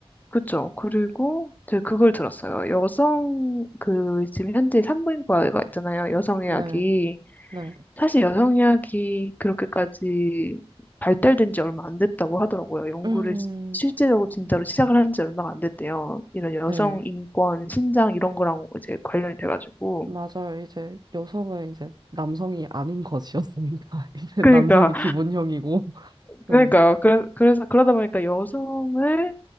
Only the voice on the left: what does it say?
그죠. 그리고 제가 그걸 들었어요. 여성 그 지금 현재 산부인과가 있잖아요. 여성의학이
사실 여성 의학이 그렇게까지 발달된 지 얼마 안 됐다고 하더라고요. 연구를
시- 실제적으로 진짜로 시작을 한 지 얼마가 안 됐대요. 이런 여성
인권, 신장 이런 거랑 이제 관련이 돼가지고.
그러니까,
그러니까요. 그래, 그래서 그러다 보니까 여성을